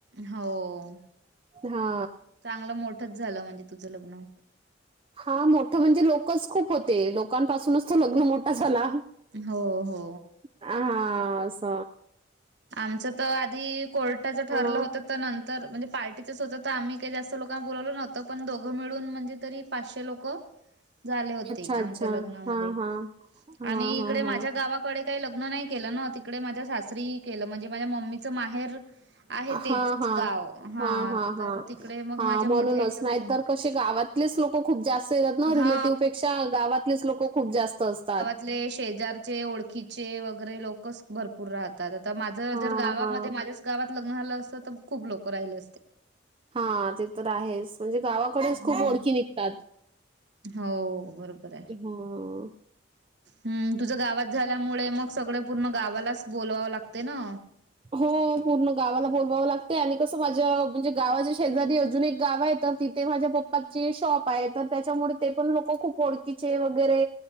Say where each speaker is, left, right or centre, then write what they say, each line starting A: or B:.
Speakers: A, on the right; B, on the right.
A: हो,
B: हा
A: चांगलं मोठच झालं म्हणजे तुझं लग्न.
B: हा मोठ म्हणजे लोकच खूप होते लोकांपासूनच तो लग्न मोठा झाला.
A: हो हो.
B: हा अस.
A: आमच तर आधी कोर्टाच ठरलं
B: हा
A: होत. तर नंतर म्हणजे पार्टीचं होतं तर आम्ही काही जास्त लोकांना बोलवलं नव्हतं पण दोघं मिळून म्हणजे तरी पाचशे लोक
B: <inaudible>
A: झाले होते
B: अच्छा अच्छा
A: आमच्या लग्नामध्ये,
B: हा हा हा
A: आणि इकडे
B: हा
A: माझ्या
B: हा
A: गावाकडे ते लग्न नाही केलं न तिकडे माझ्या सासरी केलं म्हणजे माझ्या मम्मीचं माहेर आहे
B: हा
A: तेच
B: हा,
A: गाव
B: हा हा
A: तर
B: हा,
A: तिकडे मग
B: हा
A: माझ्या
B: म्हणूनच
A: मोठ्या याच्या
B: नाही
A: घरून
B: तर कसे गावात तलेच लोक खूप जास्त येतात ना
A: हा
B: रिलेटिव्हपेक्षा गावातलेच लोक खूप जास्त असतात.
A: ले शेजारचे ओळ खिचे वगैरे लोकच भरपूर राहतात आता माझं
B: हां,
A: जर गावामध्ये
B: हां.
A: माझ्या गावात लग्न झालं असतं तर खूप लोक राहिले असते.
B: हा ते तर आहेच म्हणजे गावा कडेच खूप
A: हम्म.
B: ओळखी निघतात,
A: हो बरोबर
B: ह.
A: हम् तुझं गावात झाल्यामुळे मग सगळे पूर्ण गावालाच बोलवावं लागते न.
B: हो पूर्ण गावाला बोलवावं लागते आणि कसं माझ्या म्हणजे गावाच्या शेजारी अजून एक गाव आहे तर ति ते माझ्या पप्पाचे शॉप आहे तर त्याच्यामुळे ते पण लोक खूप ओळखीचे वगैरे